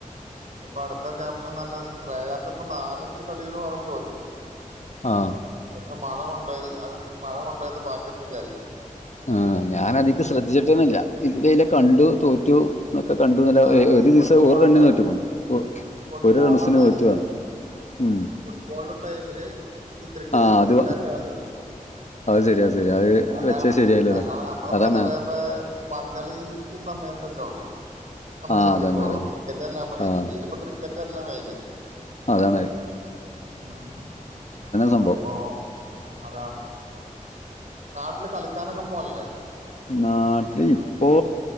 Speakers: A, on the right; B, on the left.
A: അടുത്ത ക്യാപ്റ്റൻ നല്ല റ യാസ് ഇപ്പ നാലഞ്ച് കളില് അവൻ തോറ്റു
B: ആഹ്
A: ഒന്ന് മഴ കൊണ്ടോയി അത് മഴ കൊണ്ടോയത് ഭാഗ്യംന്ന് വിചാരിക്കാ
B: ആഹ് ഞാനതിക്ക് ശ്രദ്ധിച്ചിട്ടെന്നല്ല ഇതിലയ്ലെ കണ്ടു തോറ്റു ഒക്കെ കണ്ടു നല്ല ഒര്
A: അത് ഈ
B: ഒരു
A: ഫുട്ബോളിന്റെ
B: ദീസം ഒരു റണ്ണിന് തോറ്റ്ക്ക്‌ണു. ഒര്
A: ഫുട്ബോളിന്റെ
B: ഒരു റൺസിന് തോറ്റുന്ന് ഉം
A: ഫുട്ബോൾ ന്റെ ടൈമില് ഈ ക്രിക്കറ്റ്
B: ആഹ്
A: ശ്രദ്ധിക്കാഞ്ട്ടാണത്
B: അത് അത് ശരി അത് ശരി അത്
A: അതാണത്
B: വെച്ച ശരിയായില്ലല്ലേ
A: സാര്ണം നമ്മള്
B: അതാണ്
A: പൊതുവേ പഹ് പന്തളി ഈ സമയത്തല്ലെള്ളൂ നമ്മൾ
B: ആഹ്
A: ശ്രദ്ധിക്കൊള്ളു
B: അതന്നെ അതന്നെ
A: ക്രിക്കറ്റ് അല്ല നമക്
B: ആഹ്
A: ഇന്ത്യയില് പ്പ ക്രി ക്കറ്റല്ലേ മെയിൻ
B: അതാണഹ്
A: ഉം
B: സംഭവം
A: അപ്പൊ അതാണ് നാട്ടില് കളിക്കാനൊക്കെ പോവല്ലേ
B: നാട്ടില് ഇപ്പോ